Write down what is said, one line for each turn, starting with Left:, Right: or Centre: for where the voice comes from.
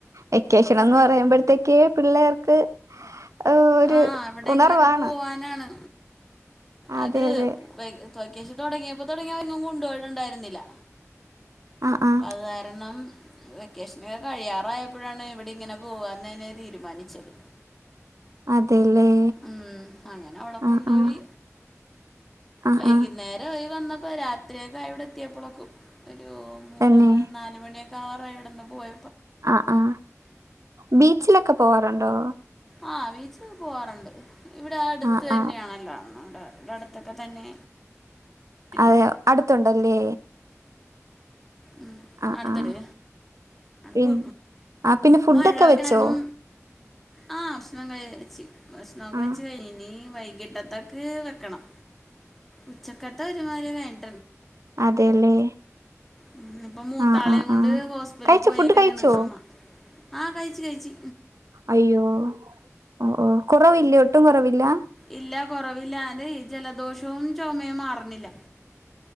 Right: വക്കേശനന്ന്
Centre: അപ്പോൾ അതാണ്.
Right: പറയുമ്പോഴത്തേക്കേ പിള്ളേർക്ക് ഏ, ഒരു
Centre: ആ എവിടെയങ്കിലൊക്കെ
Right: ഉണർവാണ്
Centre: പോവാനാണ്
Right: അതെ
Centre: അത്
Right: അതെ
Centre: വെ വെക്കേഷൻ തുടങ്ങിയപ്പോ തുടങ്ങിയ എങ്ങും കൊണ്ടുപയിട്ടുണ്ടായിരുന്നില്ല
Right: ആഹ് ആഹ്
Centre: അത് കാരണം വെക്കേഷനൊ കഴിയാറാ എപ്പോഴാണ് ഇവിടെ ഇങ്ങനെ പോവനേനേ തീരുമാനിച്ചത്
Right: അതെല്ലേ
Centre: ഉം അങ്ങനെ അവിടെ
Right: ആഹ്
Centre: കൊണ്ടോയി
Right: ആഹ് ആഹ്
Centre: വൈകുന്നേര
Right: ആഹ്
Centre: ആയി വന്ന പ്പം രാത്രിയൊക്കെ ഇവിടെ എത്തിയപ്പൊളൊക്കും ഒരു മൂന്ന്
Right: തന്നെ
Centre: നാല് മണിയൊ കാറായി ഇവിടെന്ന് പോയ
Right: ആ ആ ബീച്ചിലൊക്കെ പോവാറുണ്ടോ
Centre: ആ ബീച്ച് ല് പോവാറുണ്ട് ഇവിടെ അടുത്ത്
Right: ആഹ്
Centre: തന്നെയാണല്ലോ
Right: ആഹ്
Centre: <unintelligible> <unintelligible> അടുത്തൊക്കെ തന്നെ ഉണ്ട്
Right: <unintelligible> അടുത്തുണ്ടല്ലേ
Centre: ഉം
Right: ആഹ്
Centre: അടുത്തത്
Right: ആഹ് പിൻ
Centre: <unintelligible>
Right: ആഹ് പിന്നെ ഫുഡൊക്കെ
Centre: മഴ
Right: വെച്ചോ
Centre: കാരണം ആ ഭക്ഷണം കഴിച്ച് ഭഷണൊക്ക
Right: ആഹ്
Centre: വെച്ച് കഴിഞ്ഞ് വൈകിട്ടത്തേക്ക് വെക്കണം ഉച്ചക്കത്തെ ഒരുമാരി കഴിഞ്
Right: അതെല്ലേ
Centre: ഉം ഇപ്പം മൂത്താളെയും
Right: ആഹ് ആഹ്
Centre: കൊണ്ട്
Right: ആഹ്
Centre: ഹോസ്പിറ്റലിൽ
Right: കഴിച്ചോ
Centre: പോയേക്കണെയാണ്
Right: ഫുഡ് കഴിച്ചോ
Centre: അമ്മ ആ കഴിച്ചു കഴിച്ചി
Right: അയ്യോ ഓ ഓ കുറവില്ലേ ഒട്ടും കുറവില്ല?
Centre: ഇല്ല കൊറവില്ലാതെ ജലദോഷവും ചുമയും മാറുന്നില്ല